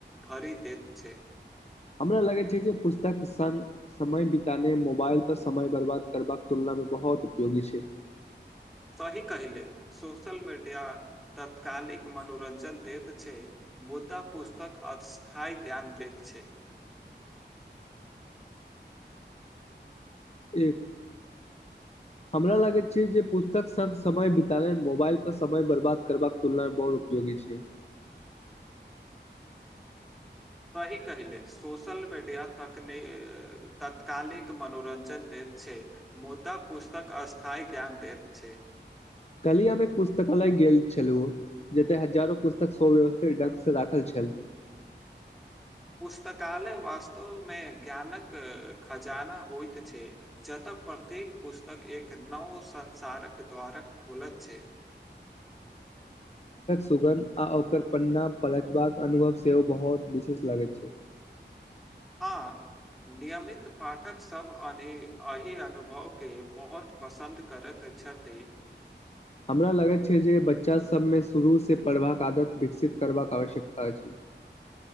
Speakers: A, in the centre; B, on the left.
A: भरि देैत छै।
B: हमरा लगै छै जे पुस्तक सन समय बितानाय मोबाइलपर समय बर्बाद करबाक तुलनामे बहोत उपयोगी छै।
A: सही कहिले सोशल मीडिया तत्कालिक मनोरंजन दैत छै मुदा पुस्तक अस्थायी ज्ञान दै छै।
B: एक हमरा लगैत छै जे पुस्तक संग समय बितानय मोबाइल पर समय बर्बाद करबाक तुलना में बहुत उपयोगी छै।
A: सही कहेलै सोशल मीडिया तकनी अ तत्कालिक मनोरंजन दै छै मुदा पुस्तक स्थायी ज्ञान दैत छै।
B: कल्हि हम एक पुस्तकालय गेल छलहुँ जतय हजारो पुस्तक सव्यवस्थित ढंग से राखल छल।
A: पुस्तकालय वास्तवमे ज्ञानक खजाना होइत छै जतऽ प्रत्येक पुस्तक एक नव संसारक द्वारक खोलैत छै।
B: सुगंध आ ओकर पन्ना पलटबाक अनुभव सेहो बहोत विशेष लागैत छै।
A: आ नियमित पाठक सब एन एहि अनुभव के बहोत पसन्द करत छथि।
B: हमरा लागैत छै जे बच्चा सब मे शुरू से पढ़बाक आदत विकसित करबाक आवश्यकता अछि।